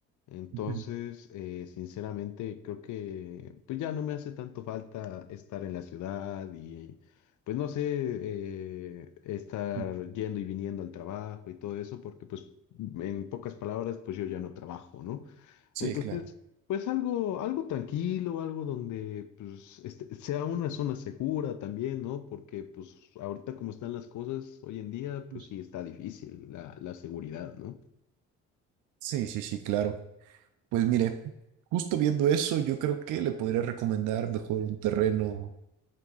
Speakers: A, on the left (about 75°); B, on the right (about 85°).
A: entonces
B: Ujú,
A: eh, sinceramente creo que pues ya no me hace tanto falta estar en la ciudad y pues no sé, eh, estar
B: ujú,
A: yendo y viniendo al trabajo y todo eso, porque pues en pocas palabras pues yo ya no trabajo, ¿no?
B: Sí,
A: Entonces,
B: claro.
A: pues algo, algo tranquilo, algo donde pues este, sea una zona segura también, ¿no? Porque pues ahorita como están las cosas hoy en día,
B: justo.
A: pues sí está difícil la, la seguridad, ¿no?
B: Sí, sí, sí, claro. Pues mire, justo viendo eso, yo creo que le podría recomendar mejor un terreno,